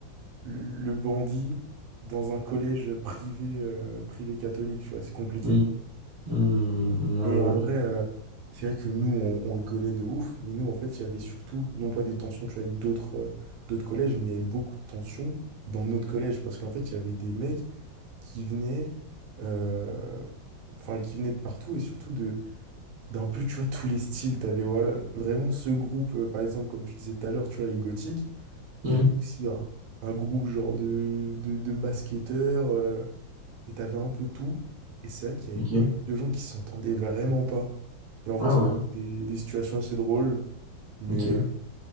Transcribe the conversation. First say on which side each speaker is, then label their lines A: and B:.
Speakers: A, on the right (about 85°); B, on the right (about 70°).
A: le, le bandit dans un collège privé, euh, privé catholique, tu vois, c'est compliqué.
B: Hmm. Hmm,
A: Et en vrai,
B: ouais,
A: euh, c'est vrai que nous, on, on rigolait de ouf, mais nous, en fait, il y avait surtout, non pas des tensions tu vois, avec d'autres euh, d'autres collèges, mais il y avait beaucoup de tensions dans notre collège, parce qu'en fait, il y avait des mecs qui venaient, euh, enfin, qui venaient de partout, et surtout de d'un peu, tu vois, tous les styles. T'avais voilà, vraiment ce groupe, euh, par exemple, comme tu disais tout à l'heure, tu vois, les gothiques,
B: ouais.
A: t'avais aussi un, un groupe genre de, de, de basketteurs, euh, et t'avais un peu tout. Et c'est vrai qu'il
B: Hmm,
A: y avait
B: ok.
A: pas mal de gens qui s'entendaient vraiment pas. Et en vrai,
B: Ah
A: ça
B: ouais,
A: fait des, des situations assez drôles, mais,
B: ok. Ouais,
A: euh,